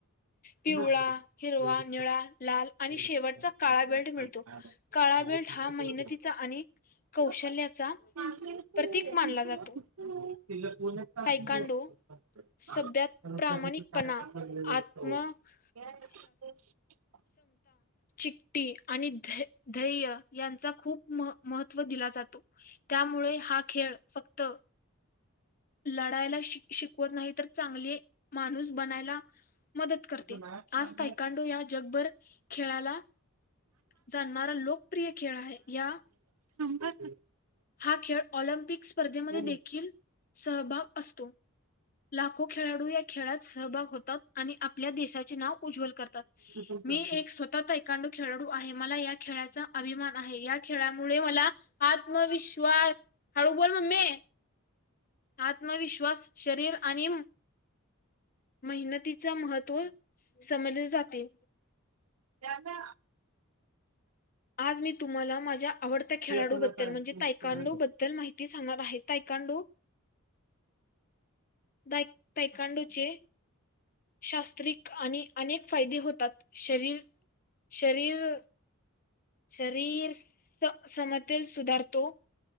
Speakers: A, on the left; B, on the right.
A: पिवळा,
B: पुन्हा ते
A: हिरवा,
B: एवढं
A: निळा, लाल आणि
B: एवढं
A: शेवटचा काळा बेल्ट
B: काय
A: मिळतो.
B: झालं?
A: काळा बेल्ट हा मेहनतीचा आणि कौशल्याचा
B: तिला
A: प्रतीक मानला जातो.
B: <unintelligible>
A: तायकांडो सभ्यात
B: <inaudible>
A: प्रामाणिकपणा, आत्मविश्वास,
B: <inaudible>
A: चिकाटी आणि ध्येय. यांचा खूप मह महत्व. व दिला जातो, त्यामुळे हा खेळ फक्त. लढायला शि शिकवत नाही तर, चांगले माणूस बनायला. मदत करते.
B: मॅथम
A: आज तायकांडो या जगभर खेळाला जाणणारा लोकप्रिय खेळ आहे या
B: बस.
A: हा खेळ ऑलिमपिक स्पर्धेमध्ये
B: हो.
A: देखील सहभाग. असतो. लाख. लाखो खेळाडू, या खेळात सहभाग होतात, आणि आपल्या देशा चे नाव. उज्ज्वल करतात,
B: पण
A: मी
B: चांगली
A: एक
B: आहे.
A: स्वत तिकांडू खेळाडू आहे, मला या खेळाचा अभिमान आहे, या खेळामुळे मला. आत्मविश्वास हाळू बोल मम्मे. आत्मविश्वास, शरीर. आणि मेहनतीच महत्त्व समजले जाते.
B: जा ना.
A: आज मी तुम्हाला माझ्या. आवडत्या खेळाडूबद्दल
B: पण आता
A: म्हणजे
B: ऐकून
A: तायकांडो
B: करायला.
A: बद्दल माहिती सांगणार आहे, तायकांडो. द तैकांडोचे शास्त्रिक आणि अनेक फायदे होतात. शरीर-शरीर. शरीर-समतेत सुधारतो.